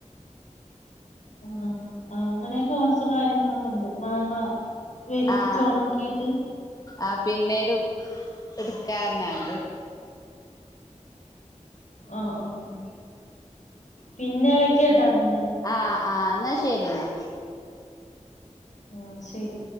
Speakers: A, on the left; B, on the left.
A: ആഹ് അങ്ങനെയൊക്കെ കൊറച്ച് കാര്യങ്ങളൊക്കെ ഇണ്ട് മാങ്ങ വെയിലെത്ത്
B: ആഹ്
A: വെച്ചൊണക്കീട്ട്
B: ആഹ് പിന്നീടും എട്ക്കാർഞ്ഞാണ്ട്
A: ആഹ് ആഹ് പിന്നെ വെക്ക്യാട്ടാ പിന്നെ
B: ആഹ് ആഹ് ഇന്നാ ശരിന്നാ
A: ആഹ് ശരി